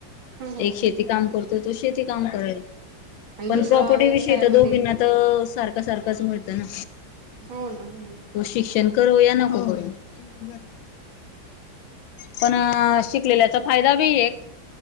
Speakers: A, on the right; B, on the left.
A: हम्म हम्म
B: एक शेती
A: हम्म.
B: काम करतो, तो शेती काम करेल
A: आणि
B: पण
A: दुसरा
B: प्रॉपर्टी
A: व्यवसायामध्ये
B: विषयी तर दोघींना तर सारखं सारखंच मिळतं ना
A: हो ना हो ना.
B: तो शिक्षण करू या नको करू पण शिकलेल्याचा फायदा बी एक